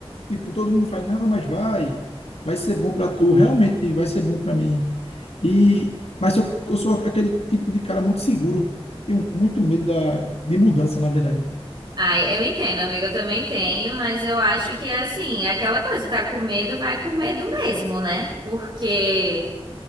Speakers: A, on the left; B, on the right.
A: tipo, todo mundo fala, não, mas vai, vai ser bom para tu, realmente vai ser bom para mim. E, mas eu, eu sou aquele tipo de cara muito seguro. Tenho muito medo da, de mudança, na verdade.
B: Ai, eu entendo, amiga, eu também tenho, mas eu acho que é assim, é aquela coisa, tá com medo, vai com medo mesmo, né? Porque